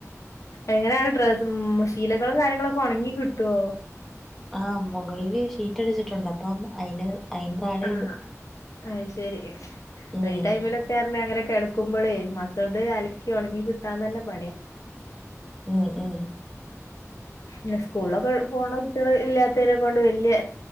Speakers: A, on the left (about 75°); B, in the centre.
A: എങ്ങനെയാണ് ഡ്ര ളം ശീലകളും കാര്യങ്ങളും ഒക്കെ ഉണങ്ങി കിട്ടുവോ
B: ആഹ് മുകളില് ഷീറ്റ്ടിച്ചിട്ടുണ്ട് അപ്പം അയിന് അയിന് താഴെ
A: ആഹ്
B: ഇടും
A: അയ്ശരി
B: ഉം
A: ഈ ടൈമില പർഞ്ഞ അങ്ങനെ കെടക്ക്മ്പൊളെ മക്കളത് അലക്കി ഉണങ്ങി കിട്ടാന്ന് തന്നെ പണിയാ
B: ഉംഉം
A: പിന്നെ സ്കൂളൊക്കെ പോണ കുട്ടികൾ ഇല്ലാത്തയ്നെക്കൊണ്ട് വല്ല്യ